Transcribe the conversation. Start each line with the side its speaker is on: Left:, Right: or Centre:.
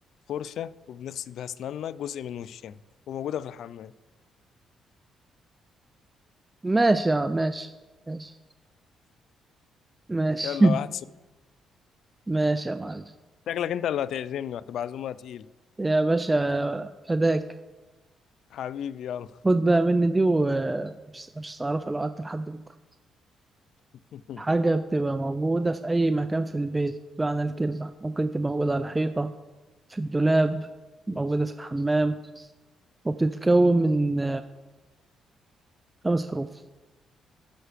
Left: فرشة وبنغسل بيها أسناننا جزء من وشنا وموجودة في الحمام
Right: ماشي يا- ماشي ماشي ماشي
Left: يلا واحد صفر
Right: <laughs> ماشي يا معلم
Left: شكلك أنت اللي هتعزمني وهتبقى عزومة تقيلة
Right: يا باشا فداك
Left: حبيبي يلا
Right: خد بقى مني دي ومش مش هتعرفها لو قعدت لحد بكرة
Left: <laughs>
Right: حاجة بتبقى موجودة في أي مكان في البيت بمعنى الكلمة ممكن تبقى موجودة على الحيطة في الدولاب موجودة في الحمام وبتتكون من خمس حروف